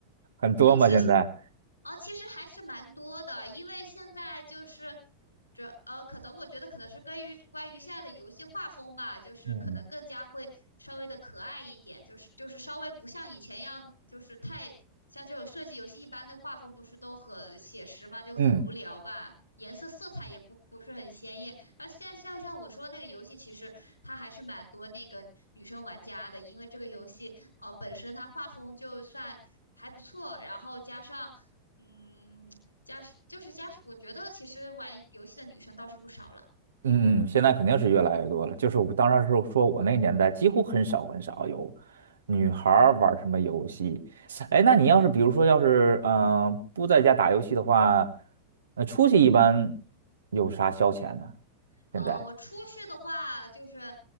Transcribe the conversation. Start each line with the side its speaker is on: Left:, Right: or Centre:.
Right: 很多吗？
Left: 哦，其实，
Right: 现在。
Left: 哦，其实还是蛮多的，因为现在就是这呃，可能我觉得可能是关于关于现在的游戏画风吧，就是可能更加会稍微的可爱一点，
Right: 嗯，
Left: 就是就是稍微不像以前一样，就是太像这种射击游戏一般的画风不是都很写实嘛，就很无聊吧，
Right: 嗯
Left: 颜色色彩也不不是很鲜艳。那后现在像像我说那个游戏，其实它还是蛮多那个女生玩家的，因为这个游戏呃本身它画风就算还不错，然后加上嗯。家就是家我觉得其实玩游戏的女生倒是不少了，
Right: 嗯嗯，现在肯定是越来越多了。就是我当时是说我那个年代几乎很少很少有女孩儿玩什么游戏。哎，那你要是比如说要是嗯、呃不在家打游戏的话，呃出去一般有啥消遣呢？
Left: 呃，
Right: 现在？
Left: 我出去的话，就是